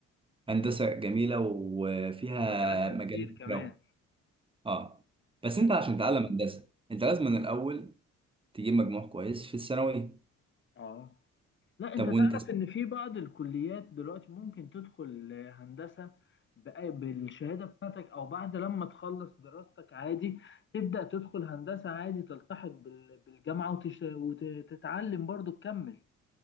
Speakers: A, on the right; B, on the left.
A: هندسه جميله وفيها
B: ومجالاتها
A: مجالات
B: كتير كمان
A: جو اه بس
B: مم.
A: انت عشان تتعلم هندسه انت لازم من الاول تجيب مجموع كويس في الثانوي
B: اه لا انت
A: طب وانت
B: تعرف ان في بعض الكليات دلوقتي ممكن تدخل هندسة بأي- بالشهادة بتاعتك او بعد لما تخلص دراستك عادي تبدأ تدخل هندسة عادي تلتحق بال- بالجامعة وتش- وتتعلم برضو تكمل